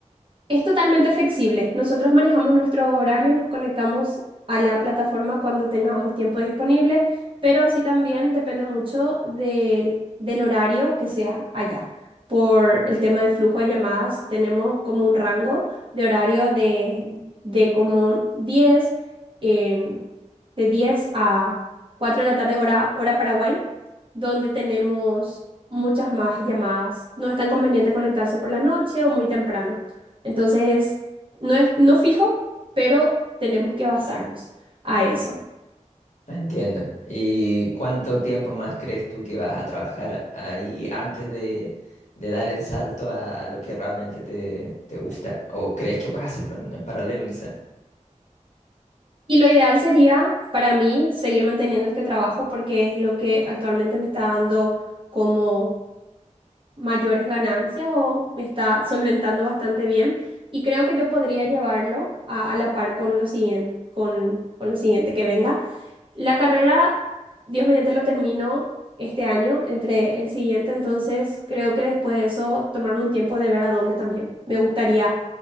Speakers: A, on the right (about 40°); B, on the left (about 65°).
A: Es totalmente flexible. Nosotros manejamos nuestros horarios, nos conectamos a la plataforma cuando tengamos tiempo disponible, pero sí también depende mucho del, del horario que sea allá. Por el tema de flujo de llamadas, tenemos como un rango de horario de, de como diez en- de 10 a 4 de la tarde, hora, hora Paraguay, donde tenemos muchas más llamadas. No es tan conveniente conectarse por la noche o muy temprano. Entonces, no es no fijo, pero tenemos que basarnos a eso.
B: Ah, Entiendo. ¿Y cuánto tiempo más crees tú que vas a trabajar ahí antes de, de dar el salto a, a lo que realmente te, te gusta? ¿O crees que puedes hacerlo en, en paralelo quizás?
A: Y lo ideal sería para mí seguir manteniendo este trabajo porque es lo que actualmente me está dando como mayores ganancias o me está solventando bastante bien. Y creo que yo podría llevarlo a, a la par con lo siguiente, con, con lo siguiente que venga. La carrera, Dios mediante, la termino este año, entre el siguiente, entonces creo que después de eso tomarme un tiempo de ver a dónde también. Me gustaría